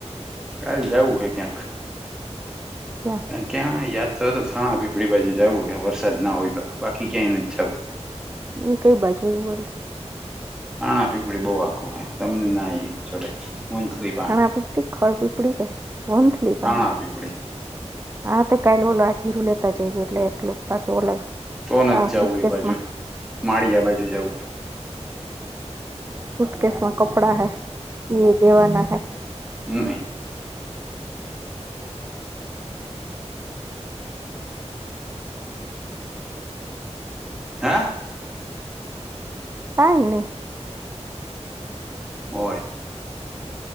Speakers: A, in the centre; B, on the right (about 20°).
A: કાલ જવું હે ક્યાંક.
B: ક્યાં
A: ક્યાં યાદ તો તો થાણા પીપળી બાજુ જવું વરસાદ ના હોય તો બાકી ક્યાંય ન જવું.
B: એ કઈ બાજુ હો.
A: નાાણા પીપળી બહુ આખું હોય તમને ના જોડે મનસલી <unintelligible>
B: ખાણા પીપડી ખળ પીપડી કે વંધંધલી પાસે
A: થાણા
B: <unintelligible>
A: પીપળી
B: હા તો કાલે ઓલો આ જીરું લેતા જઈજ એટલે એક પાસે ઓલગ
A: તો નથી
B: આ સૂટ
A: જવું
B: કેસમાં
A: એ બાજુ માળિયા બાજુ જવું
B: સૂટ કેસ માં કપડાં હૈ એ દેવાના હૈ.
A: હમ્મ. હા.
B: કઈ નહી.
A: હોય.